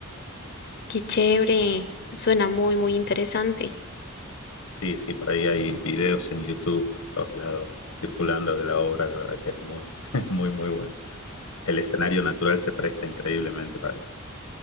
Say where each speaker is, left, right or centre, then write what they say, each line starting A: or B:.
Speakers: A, on the left; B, on the left.
A: Qué chévere, suena muy, muy interesante.
B: Sí, sí, por ahí hay videos en YouTube, por todos lados, circulando de la obra. La verdad que es muy, <laughs> muy, muy bueno. El escenario natural se presta increíblemente para eso.